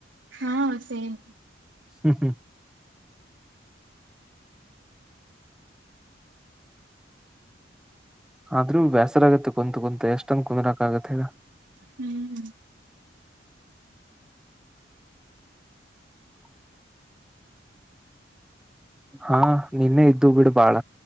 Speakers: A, on the right (about 75°); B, in the centre.
A: ಹಾ ಸೇಮ.
B: ಹ್ಮ್ ಹ್ಮ್. ಆದ್ರೂ ಬ್ಯಾಸರಾಗುತ್ತ ಕುಂತ ಕುಂತ ಎಷ್ಟಂದ ಕುಂದರಾಕ ಆಗತ್ತ ಹೇಳ.
A: ಹ್ಮ್ ಹ್ಮ್.
B: ಹಾ ನಿನ್ನೆ ಇದ್ದು ಬಿಡು ಬಾಳ.